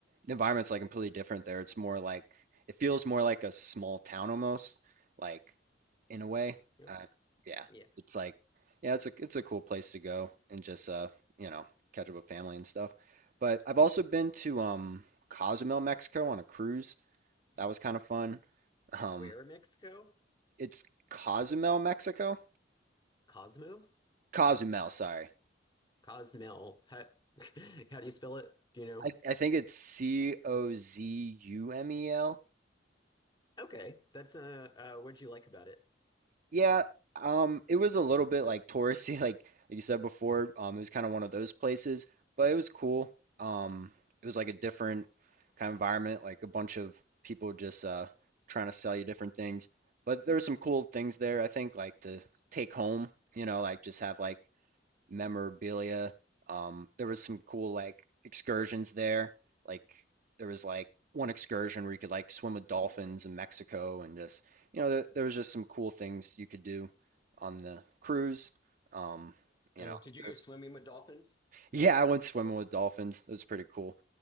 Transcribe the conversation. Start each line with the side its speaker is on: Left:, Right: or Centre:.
Right: environment's like completely different there. It's more like it feels more like a small town almost, like in a way.
Left: Okay.
Right: Uh, yeah,
Left: Yeah.
Right: it's like yeah, it's a it's a cool place to go and just uh you know catch up with family and stuff. But I've also been to um Cozumel, Mexico on a cruise. That was kind of fun. Um,
Left: Where in Mexico?
Right: it's Cozumel, Mexico.
Left: Cosmo?
Right: Cozumel, sorry.
Left: Cosmel. How, <laughs> how do you spell it? Do you know?
Right: I, I think it's C O Z U M E L.
Left: Okay, that's uh, uh what'd you like about it?
Right: Yeah, um, it was a little bit like touristy, <laughs> like like you said before. Um, it was kind of one of those places, but it was cool. Um, it was like a different kind of environment, like a bunch of people just uh trying to sell you different things. But there were some cool things there, I think, like to take home, you know, like just have like memorabilia. Um, there was some cool like excursions there. Like there was like one excursion where you could like swim with dolphins in Mexico and just you know there, there was just some cool things you could do on the cruise. Um, you
Left: Oh,
Right: know,
Left: did you
Right: there's
Left: go swimming with dolphins?
Right: yeah, I went swimming with dolphins. It was pretty cool.